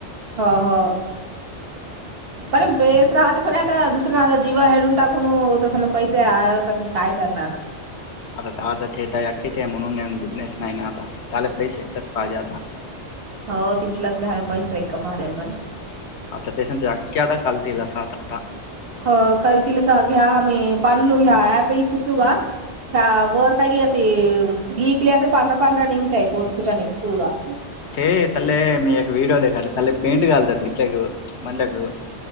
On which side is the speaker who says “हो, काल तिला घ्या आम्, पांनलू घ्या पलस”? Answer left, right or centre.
Right